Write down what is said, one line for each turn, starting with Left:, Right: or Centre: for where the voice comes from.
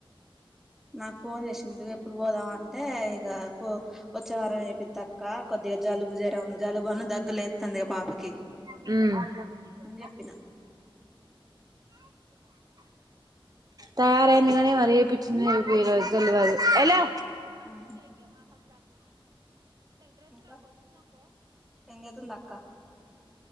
Centre: నాకు ఫోన్ చేసిందిఎప్పుడు పోదాం అంటే ఇక పో వచ్చే వారం ఎపితక్క కొద్దిగా జలుబు చేరం జలుబాన దగ్గు లేతందిగ పాపకి
Right: మ్
Centre: అని చెప్పిన
Right: తయారయింది కాగానీ మరి ఏపిచ్చింది ఏపియలేదో తెలువదు అగలాది
Centre: ఉహు ఇంకా ఏం చేతుంది అక్క